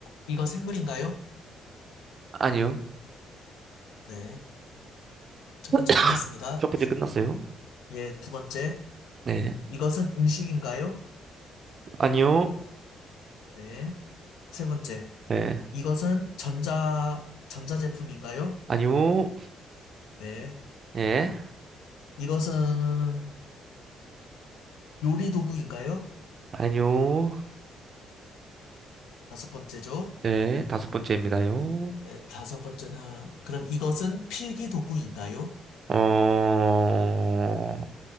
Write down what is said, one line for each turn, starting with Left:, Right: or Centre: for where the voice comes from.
Left: 이거 생물인가요?
Right: 아니요.
Left: 네. 첫
Right: <clears throat>
Left: 번째 끝났습니다.
Right: 첫 번째 끝났어요.
Left: 예, 두 번째,
Right: 네,
Left: 이것은 음식인가요?
Right: 아니요.
Left: 네. 세 번째,
Right: 네,
Left: 이것은 전자, 전자제품인가요?
Right: 아니요.
Left: 네.
Right: 예,
Left: 이것은 요리 도구인가요?
Right: 아니요.
Left: 다섯 번째죠.
Right: 네, 다섯 번째입니다요.
Left: 네, 다섯 번째는, 그럼 이것은 필기 도구인가요?
Right: 어,